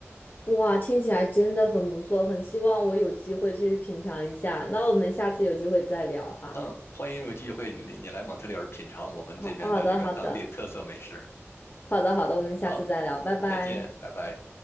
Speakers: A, on the left; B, on the left.
A: 哇，听起来真的很不错，很希望我有机会去品尝一下。那我们下次有机会再聊哈。
B: 嗯，欢迎有机会你你来蒙特利尔品尝我们这边的这个当地特色美食。
A: 好，好的，好的，好的，好的，我们下次再聊，
B: 好，
A: 拜拜。
B: 再见，拜拜。